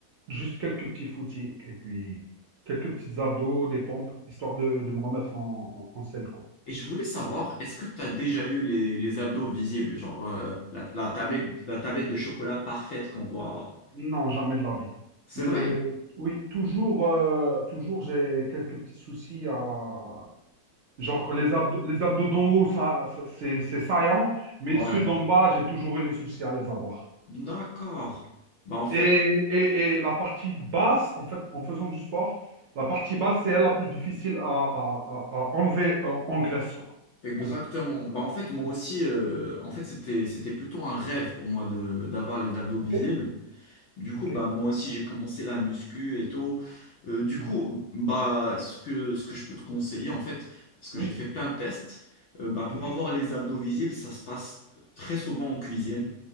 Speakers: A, on the right; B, on the left.
A: juste quelques petits footings et puis quelques petites abdos, des pompes, histoire de, de me remettre en, en, en selle, quoi.
B: Et je voulais savoir, est-ce que tu as déjà eu les, les abdos visibles, genre euh, la, la tablette, la tablette de chocolat parfaite qu'on voit?
A: Non, jamais de la vie.
B: C'est
A: Et,
B: vrai?
A: oui, toujours, euh, toujours j'ai quelques petits soucis à, Genre, les abdos, les abdos d'en haut, ça, ça- c'est c'est saillant, mais
B: Ouais.
A: ceux d'en bas, j'ai toujours eu des soucis à les avoir.
B: D'accord. Bah en fait,
A: Et, et, et la partie basse, en fait, en faisant du sport, la partie basse, c'est elle la plus difficile à, à, à, à enlever en, en graisse, quoi.
B: exactement.
A: On peut-
B: Bah en fait, moi
A: Hmm.
B: aussi, euh, en fait, c'était, c'était plutôt un rêve pour moi de, d'avoir les abdos visibles.
A: Ok.
B: Du coup,
A: OK?
B: bah, moi aussi, j'ai commencé la muscu et tout. Euh, du
A: Mhm.
B: coup, bah, ce que, ce que je peux te conseiller, en fait, parce que
A: Oui?
B: j'ai fait plein de tests, euh, bah, pour
A: OK?
B: avoir les abdos visibles, ça se passe très souvent en cuisine.